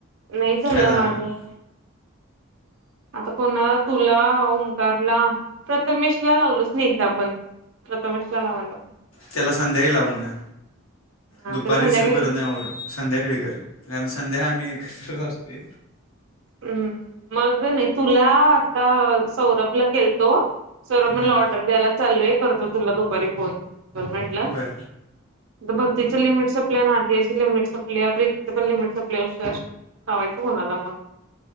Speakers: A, on the right; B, on the left.
A: नाही झालं
B: काय सांगायला
A: माझ आता कोणाला तुला ओमकारला प्रथमेश ला लावलोच ना एकदा आपण प्रथमेश लावाला
B: त्याला संध्याही लाव म्हणा
A: हा
B: दुपारी
A: त्याला
B: रिसीव्ह
A: संध्याकाळी
B: करत नाही संध्याकाळी कर कारण संध्या आम्ही एकत्रत असतो
A: हम् मग नाही तुला आता सौरभला केळतो सौरभ
B: हां
A: म्हणला ऑर्डर द्यायला चाललय करतो तुला दुपारी फोन ग म्हंटला
B: बर
A: भक्तीचे लिमिटसपल्या ना आदयाची लिमिटसप आहे प्रीतीचे पण लिमिट सपले लावायचं कोणाला मग